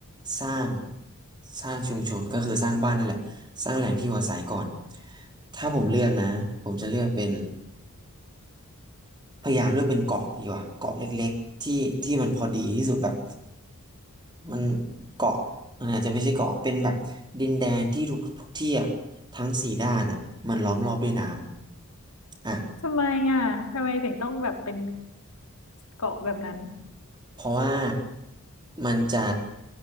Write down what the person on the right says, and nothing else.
สร้างสร้างชุมชนก็คือสร้างบ้านนั่นแหละสร้างแหล่งที่อยู่อาศัยก่อนถ้าผมเลือกนะผมจะเลือกเป็นพยายามเลือกเป็นเกาะดีกว่าเกาะเล็กๆที่ที่มันพอดีที่สุดแบบมันเกาะมันอาจจะไม่ใช่เกาะเป็นแบบดินแดนที่ทุกทุกที่อ่ะทั้งสี่ด้านอ่ะมันล้อมรอบด้วยน้ำอ่ะ
เพราะว่ามันจะ